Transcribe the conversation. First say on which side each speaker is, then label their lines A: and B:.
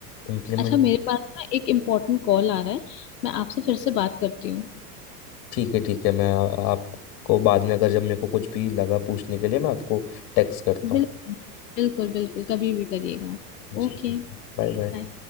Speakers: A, on the left; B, on the left.
A: इम्प्लीमेंट
B: अच्छा मेरे पास ना एक इम्पोर्टेंट कॉल आ रहा है मैं आपसे फिर से बात करती हूँ
A: ठीक है ठीक है मैं आ- आपको बाद में अगर जब मेरे को कुछ भी लगा पूछने के लिए मैं आपको टेक्स्ट करता
B: बिल्कुल
A: हूँ
B: बिल्कुल बिल्कुल कभी भी करिएगा आप
A: जी
B: ओके
A: Bye bye
B: बाय